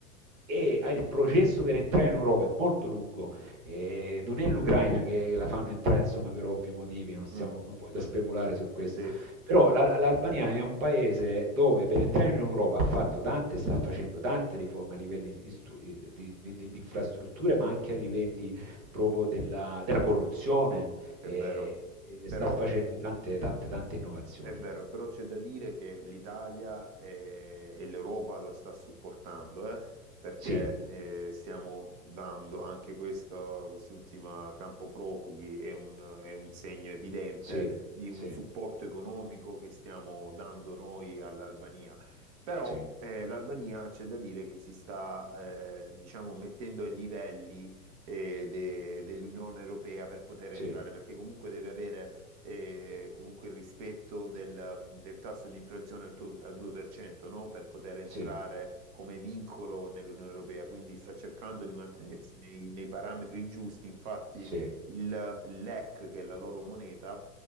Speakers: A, on the right; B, on the right.
A: e il processo per entrare in Europa è molto lungo, eh, non è l'Ucraina che la fanno entrare insomma, per ovvi motivi, non, stiamo,
B: Mm,
A: non voglio
B: mm,
A: speculare su questo,
B: sì,
A: però la- l'Albania è un paese dove per entrare in Europa ha fatto tante, sta facendo tante riforme a livelli istru- di, di- di- di infrastrutture, ma anche a livelli proprio della, della corruzione,
B: è
A: eh,
B: vero.
A: e
B: Però
A: sta facendo tante, tante, tante innovazioni.
B: È vero, però c'è da dire che l'Italia eh, e, l'Europa lo sta supportando, eh, perché
A: Sì,
B: eh, stiamo dando anche questo, quest'ultima campo profughi è un, è un segno evidente
A: sì,
B: di
A: sì,
B: un supporto economico che stiamo dando noi all'Albania. Però
A: sì,
B: eh, l'Albania c'è da dire che si sta, eh, diciamo, mettendo ai livelli eh, de- dell'Unione Europea per poter
A: sì,
B: entrare, perché comunque deve avere eh, comunque il rispetto del, del tasso di inflazione al, tu- al 2%, no? Per poter entrare
A: sì.
B: come vincolo nell'Unione Europea. Quindi sta cercando di mantenersi nei, nei parametri giusti. Infatti
A: Sì,
B: il l'EC, che è la loro moneta,